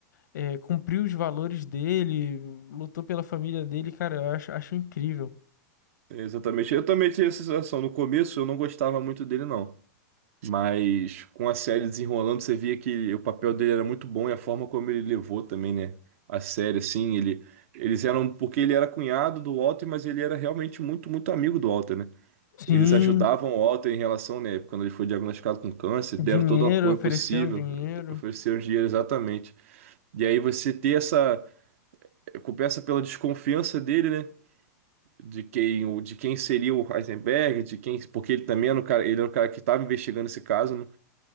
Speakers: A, on the left (about 90°); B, on the right (about 50°).
A: é, cumpriu os valores dele, lutou pela família dele, cara, eu acho, acho incrível.
B: É, Exatamente. Eu também tinha essa sensação. No começo eu não gostava muito dele, não. Mas com a série desenrolando, você via que o papel dele era muito bom e a forma como ele levou também, né? A série, assim, ele. Eles eram. Porque ele era cunhado do Walter, mas ele era realmente muito, muito amigo do Walter, né?
A: Sim,
B: Eles ajudavam o Walter em relação, né? Quando ele foi diagnosticado com câncer,
A: dinheiro,
B: deram todo o apoio
A: ofereceram
B: possível,
A: dinheiro.
B: ofereceram dinheiro exatamente. E aí você ter essa. começa pela desconfiança dele, né? De quem, o- de quem seria o Heisenberg, de quem, porque ele também era o cara, ele era o cara que estava investigando esse caso, né?